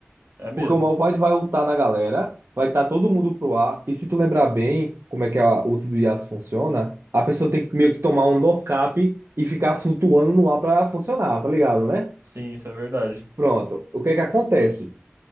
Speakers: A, on the right; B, on the right.
A: é mesmo.
B: Porque o Malphite vai ultar na galera, vai estar todo mundo pro ar. E se tu lembrar bem como é que a ult do Yasuo funciona, a pessoa tem que meio que tomar um nocap e ficar flutuando no ar pra funcionar, tá ligado, né?
A: Sim, isso é verdade.
B: Pronto. O que é que acontece?